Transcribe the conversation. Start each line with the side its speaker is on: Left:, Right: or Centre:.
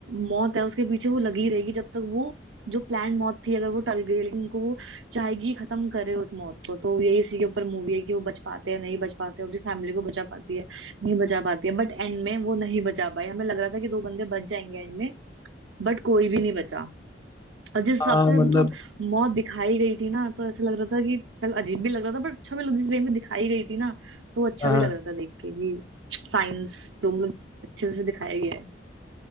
Right: मौत है उसके पीछे वो लगी रहेगी जब तक वो जो प्लान मौत थी अगर वो टल गई लेकिन उनको वो चाहेगी खत्म करे उस मौत को तो यही इसी के ऊपर मूवी है कि वो बच पाते हैं नहीं बच पाते अपनी फैमिली को बचा पाती है नहीं बचा पाती है बट एंड में वो नहीं बचा पाई हमें लग रहा था कि दो बंदे बच जाएंगे एंड में बट कोई भी नहीं बचा और जिस हिसाब
Left: हाँ
Right: से
Left: मतलब
Right: मतलब मौत दिखाई गई थी ना तो ऐसा लग रहा था कि पहले अजीब भी लग रहा था पर अच्छा भी लग जिस वे में दिखाई गई थी ना तो अच्छा
Left: हाँ।
Right: भी लग रहा था देख के कि साइंस जो मतलब अच्छे से दिखाया गया